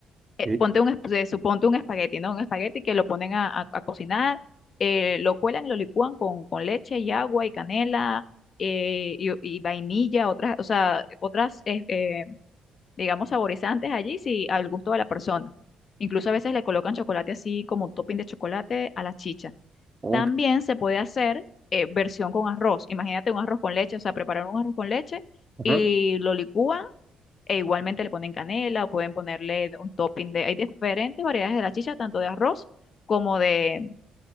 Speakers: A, on the left (about 50°); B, on the right (about 25°).
A: eh,
B: Sí.
A: ponte un, esp- eh, suponte un espagueti, ¿no? Un espagueti que lo ponen a, a- a cocinar, eh, lo cuelan y lo licúan con, con leche y agua y canela eh, y, y vainilla, otras, o sea, otras eh, eh, digamos, saborizantes allí, sí, al gusto de la persona. Incluso a veces le colocan chocolate así como un topping de chocolate a la chicha.
B: Ok.
A: También se puede hacer eh, versión con arroz. Imagínate un arroz con leche, o sea, preparar un arroz con leche
B: Ajá.
A: y lo licúan e igualmente le ponen canela o pueden ponerle un topping de... Hay diferentes variedades de la chicha, tanto de arroz como de,